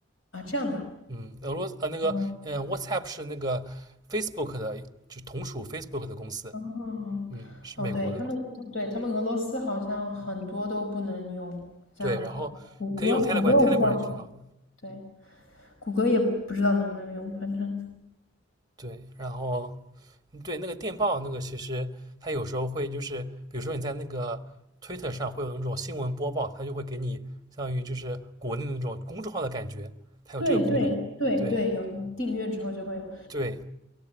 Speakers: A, on the left; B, on the right.
A: 啊，这样的
B: 嗯，俄罗斯呃那个嗯，WhatsApp
A: 啊。
B: 是那个 Facebook 的，就同属 Facebook 的公司，
A: 哦，
B: 嗯，是美国的嘛？
A: 哦，对，他们，对，他们俄罗斯好像很多都不能用，像谷歌，
B: 对，然后可以用 Telegram，Telegram
A: 谷歌我不知道，
B: 挺好的。
A: 对，谷歌也不知道能不能用，反正
B: 对，然后嗯对那个电报那个，其实它有时候会就是，比如说你在那个 Twitter 上会有那种新闻播报，它就会给你相当于就是国内的那种公众号的感觉，它有这个功能。
A: 对对对对，
B: 对
A: 有订阅之后就会有。
B: 对，